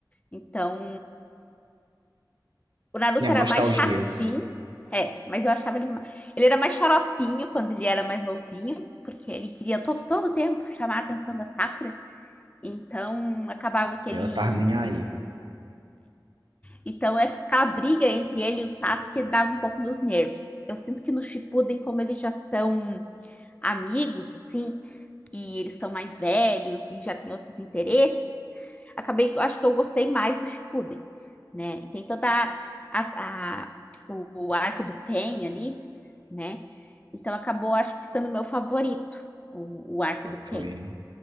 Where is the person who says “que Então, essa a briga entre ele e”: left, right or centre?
Left